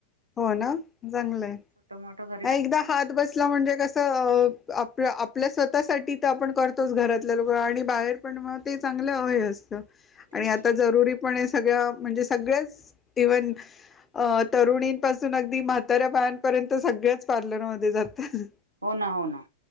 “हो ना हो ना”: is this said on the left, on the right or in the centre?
Right